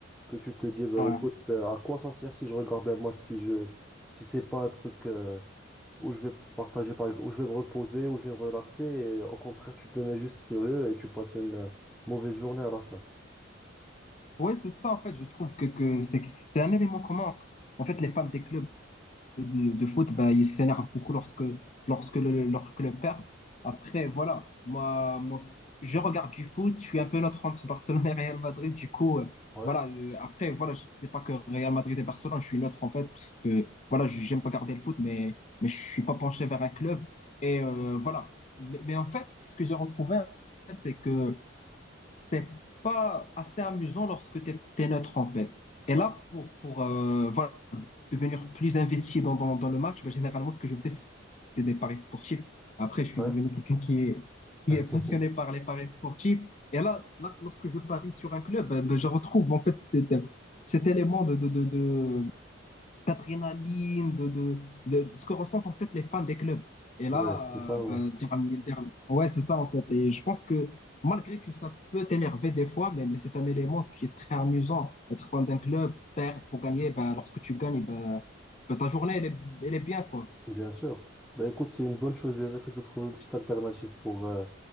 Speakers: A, in the centre; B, on the left.
A: que tu te dis, bah,
B: ouais.
A: écoute, euh, à quoi ça sert si je regarde un match, si je, si c'est pas un truc euh, où je vais partager, par exemple, où je vais me reposer, où je vais me relaxer, et, euh, au contraire, tu te mets juste furieux et tu passes une euh, mauvaise journée à la fin.
B: Ouais, c'est ça, en fait, je trouve que, que c'est que c'est un élément commun entre. En fait, les fans des clubs de, de, de foot, bah, ils s'énervent beaucoup lorsque, lorsque le, leur club perd. Après, voilà, moi, moi, je regarde du foot, je suis un peu neutre entre Barcelone et Real Madrid, du coup, euh,
A: Ouais,
B: voilà, euh, après, voilà, je sais pas que Real Madrid et Barcelone, je suis neutre, en fait, parce que, voilà, je j'aime regarder le foot, mais, mais je suis pas penché vers un club. Et euh, voilà. Mais, mais en fait, ce que j'ai retrouvé, en fait, c'est que c'était pas assez amusant lorsque tu es, neutre en fait. Et là, pour, pour euh, voilà, devenir plus investi dans, dans, dans le match, ben, généralement, ce que je fais, c'est des paris sportifs. Après, je suis
A: ouais.
B: devenu quelqu'un qui est, qui
A: <laughs>
B: est passionné par les paris sportifs. Et là, là lorsque je parie sur un club, ben, ben, je retrouve en fait cet, cet élément de, de, de, de, d'adrénaline, de, de, de, de ce que ressentent en fait les fans des clubs. Et
A: Oui,
B: là,
A: totalement,
B: euh, ben, dire- dire- ouais, c'est ça en fait. Et je pense que malgré que ça peut t'énerver des fois, mais, mais c'est un élément qui est très amusant. Être fan d'un club, perdre ou gagner, ben, lorsque tu gagnes, ben, ben, ta journée, elle est, elle est bien, quoi.
A: bien sûr. Ben écoute, c'est une bonne chose déjà que tu trouves une petite alternative pour euh,